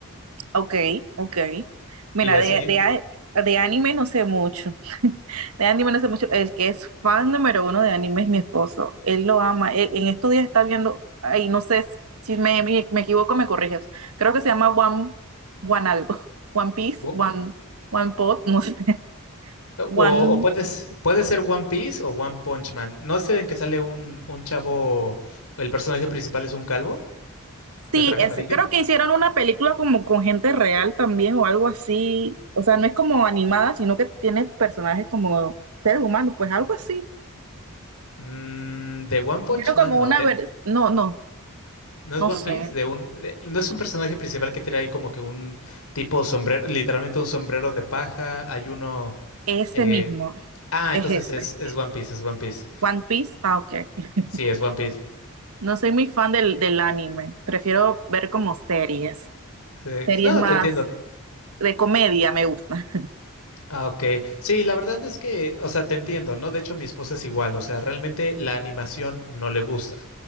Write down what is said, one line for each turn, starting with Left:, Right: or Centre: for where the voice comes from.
Right: Okay, okay. Mira,
Left: y así...
Right: de, de, a- de anime no sé mucho. <laughs> De anime no sé mucho. El que es fan número uno de anime es mi esposo. Él lo ama. Él- en estos días está viendo, ay, no sé si me, me, me equivoco, me corriges. Creo que se llama One, One algo. <laughs> One Piece,
Left: o-
Right: One, One Pot, no sé. <laughs> one
Left: O, o puedes, puede ser One Piece o One Punch Man. ¿No es el en que sale un, un chavo, el personaje principal es un calvo
Right: Sí,
Left: de traje
Right: ese.
Left: amarillo?
Right: Creo que hicieron una película como con gente real también o algo así. O sea, no es como animada, sino que tiene personajes como seres humanos, pues algo así.
Left: Mm, de One Punch
Right: Tiene
Left: Man,
Right: como
Left: no,
Right: una...
Left: de,
Right: ver- No, no,
Left: no es
Right: no
Left: One
Right: sé.
Left: Piece, de un, de- no es un personaje principal que tiene ahí como que un tipo sombrero, literalmente un sombrero de paja, hay uno...
Right: Ese
Left: eh,
Right: mismo.
Left: ah,
Right: Es
Left: entonces
Right: ese.
Left: es, es One Piece, es One Piece.
Right: One Piece. Ah, ok. <laughs>
Left: Sí, es One Piece.
Right: No soy muy fan del, del anime. Prefiero ver como series.
Left: Sí,
Right: Series
Left: No,
Right: más
Left: te entiendo,
Right: de comedia me gustan.
Left: Ah, ok. Sí, la verdad es que, o sea, te entiendo, ¿no? De hecho, mi esposa es igual, o sea, realmente la animación no le gusta.